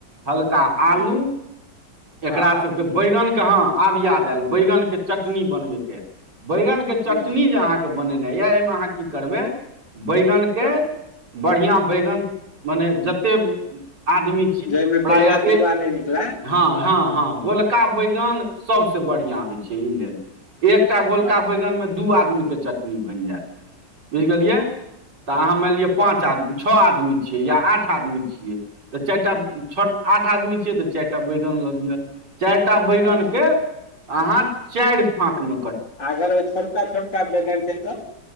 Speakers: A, on the right; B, on the left.
A: हल्का आलू,
B: हँ
A: एकरा
B: हँ हँ
A: सबके बैगन। हँ, आब याद आयल, बैगन के चटनी बनबै के, बैगन के
B: हूँ,
A: चटनी जे अहाँके बनेनाइ य, एहिमे अहाँ की करबै, बैगन के।
B: चलो
A: बढ़िआँ बैगन मने जतेक आदमी छी
B: जाहिमे
A: प्रायः
B: पेलुआ तेलुआ
A: ए
B: नहि निकलै
A: हँ, हँ, हँ, गोलका बैगन
B: हँ
A: सभसँ बढ़िआँ होइ छै, ई लेल। एकटा गोलका
B: अच्छा
A: बैगन में, दू आदमी के चटनी बनि जायत। बुझि गेलियै,
B: हँ
A: तऽ अहाँ मानि लिअ पाँच आदमी छियै, या छ आदमी छियै, या आठ आदमी छियै। तऽ चारि टा छ आठ आदमी छियै तऽ चारिटा बैगन लऽ लिअ। चारटा बैगन
B: हँ
A: के अहाँ, चारि फाक मे
B: अगर छोटका-छोटका बैगन छै तऽ।